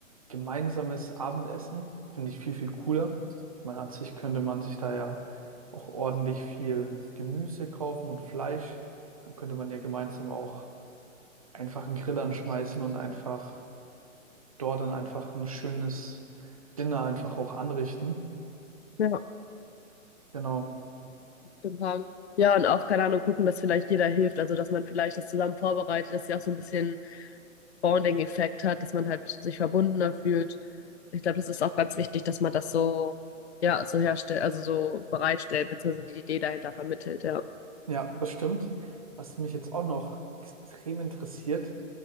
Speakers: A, on the right; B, on the left.
A: gemeinsames Abendessen finde ich viel, viel cooler. Ich meine, an sich könnte man sich da ja auch ordentlich viel Gemüse kaufen und Fleisch. Dann könnte man ja gemeinsam auch einfach einen Grill anschmeißen und einfach dort dann einfach ein schönes Dinner einfach auch anrichten.
B: Ja,
A: Genau.
B: total. Ja, und auch, keine Ahnung, gucken, dass vielleicht jeder hilft, also dass man vielleicht das zusammen vorbereitet, dass sie auch so ein bisschen Bonding-Effekt hat, dass man halt sich verbundener fühlt. Ich glaube, das ist auch ganz wichtig, dass man das so, ja, so herstellt, also so bereitstellt, beziehungsweise die Idee dahinter vermittelt, ja.
A: Ja, das stimmt. Was mich jetzt auch noch extrem interessiert,